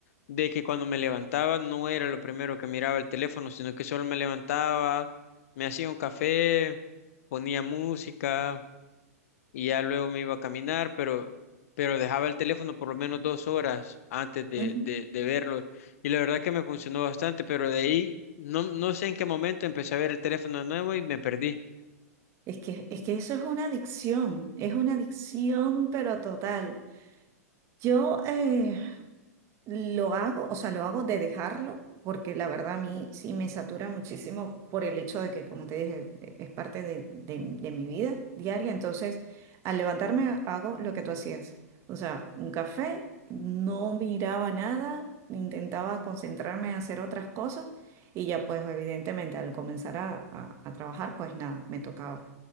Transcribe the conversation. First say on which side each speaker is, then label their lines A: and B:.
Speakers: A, on the left (about 60°); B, on the right (about 35°).
A: de que cuando me levantaba no era lo primero que miraba el teléfono, sino que solo me levantaba, me hacía un café, ponía música y ya luego me iba a caminar, pero, pero dejaba el teléfono por lo menos dos horas antes de,
B: Ujú.
A: de, de verlo. Y la verdad que me funcionó bastante, pero de ahí no, no sé en qué momento empecé a ver el teléfono de nuevo y me perdí.
B: Es que, es que eso es una adicción, es una adicción, pero total. Yo, eh, Lo hago, o sea, lo hago de dejarlo, porque la verdad a mí sí me satura muchísimo por el hecho de que, como te dije, e- es parte de, de- de mi vida diaria. Entonces, al levantarme hago lo que tú hacías. O sea, un café, no miraba nada, intentaba concentrarme en hacer otras cosas y ya pues evidentemente al comenzar a, a a trabajar, pues nada, me tocaba.